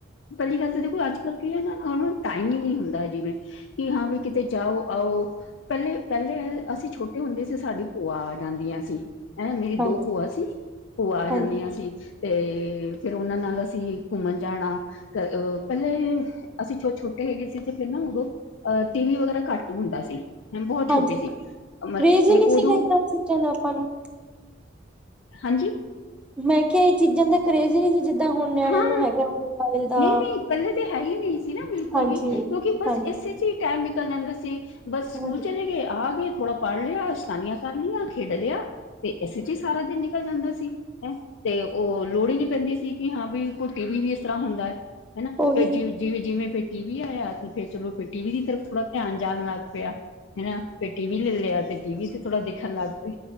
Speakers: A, on the left; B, in the centre.
A: ਪੈਲੀ ਗੱਲ ਤੇ ਦੇਖੋ ਅੱਜ-ਕੱਲ ਕੀ ਐ ਨਾ ਹੁਣ ਟਾਈਮ ਈ ਨੀ ਹੁੰਦਾ ਹੈ ਜਿਵੇਂ ਕਿ ਹਾਂ ਵੀ ਕਿਤੇ ਜਾਓ ਆਓ, ਪੈਲੇ ਪੈਲੇ ਅਸੀਂ ਛੋਟੇ ਹੁੰਦੇ ਸੀ, ਸਾਡੀ ਭੂਆ ਆ ਜਾਂਦੀਆਂ ਸੀਂ। ਹੈਂ ਮੇਰੀ
B: ਹਾਂਜੀ,
A: ਦੋ ਭੋਆ, ਸੀ ਭੂਆ ਆ
B: ਹਾਂਜੀ,
A: ਜਾਂਦੀਆਂ ਸੀ। ਤੇ ਫੇਰ ਓਨਾਂ ਨਾਲ ਅਸੀਂ ਘੁੰਮਣ ਜਾਣਾ। ਪੈਲੇ ਅਸੀਂ ਛੋਟੇ-ਛੋਟੇ ਹੈਗੇ ਸੀ ਤੇ ਫੇਰ ਨਾ ਉਦੋਂ ਅ ਟੀ ਵੀ ਵਗੈਰਾ ਘੱਟ ਈ ਹੁੰਦਾ ਸੀ। ਮੈਂ ਬੋਹਤ ਛੋਟੇ
B: ਹਾਂਜੀ
A: ਸੀ,
B: ਕਰੇਜ਼
A: ਅਮਰ ਤੇ
B: ਹੀ ਨਹੀਂ ਸੀਗਾ
A: ਉਦੋਂ
B: ਏਦਾਂ ਚੀਜ਼ਾਂ ਦਾ ਆਪਾਂ ਨੂੰ।
A: ਹਾਂਜੀ।
B: ਮੈਂ ਕਿਆ ਏ ਚੀਜ਼ਾਂ ਦਾ ਕਰੇਜ਼ ਈ ਨੀ ਸੀ। ਜਿੱਦਾਂ ਹੁਣ ਨਿਆਣਿਆਂ
A: ਹਾਂ
B: ਨੂੰ ਹੈਗਾ ਮੋਬਾਇਲ ਦਾ।
A: ਨਈਂ-ਨਈ ਇਕੱਲੇ ਤਾਂ ਹੈ ਹੀ ਨੀ ਸੀ ਨਾ ਬਿਲਕੁਲ
B: ਹਾਂਜੀ,
A: ਵੀ ਕਿਓਂਕੇ ਬਸ
B: ਹਾਂਜੀ,
A: ਇਸੇ ਟਾਈਮ ਨਿਕਲ ਜਾਂਦਾ ਸੀ, ਬਸ ਸਕੂਲ
B: ਹਾਂਜੀ
A: ਚਲੇ ਗੇ ਆ ਗੇ। ਥੋੜਾ ਪੜ ਲਿਆ ਸ਼ੈਤਾਨੀਆਂ ਕਰ ਲਈਆਂ, ਖੇਡ ਲਿਆ ਤੇ ਇਸੇ ਚ ਈ ਸਾਰਾ ਦਿਨ ਨਿਕਲ ਜਾਂਦਾ ਸੀ। ਹੈਂ ਤੇ ਓ ਲੋੜ ਈ ਨੀ ਪੈਂਦੀ ਸੀ, ਕਿ ਹਾਂ ਬਈ ਕੋਈ ਟੀ ਵੀ ਵੀ ਇਸ ਤਰਾਂ ਹੁੰਦਾ ਐ। ਹੈਨਾ
B: ਉਹੀ
A: ਫਿਰ ਜੇ ਜਿਵੇਂ-ਜਿਵੇਂ ਫਿਰ ਟੀ ਵੀ ਆਏਆ ਤੇ ਫਿਰ ਚਲੋ ਫਿਰ ਟੀ ਵੀ ਦੀ ਤਰਫ ਥੋੜਾ ਧਿਆਨ ਜਾਣ ਲੱਗ ਪਿਆ। ਹੈਨਾ ਫੇਰ ਟੀ ਵੀ ਲੈ ਲਿਆ, ਤੇ ਟੀ ਵੀ ਤੇ ਥੋੜਾ ਦੇਖਣ ਲੱਗ ਪਏ।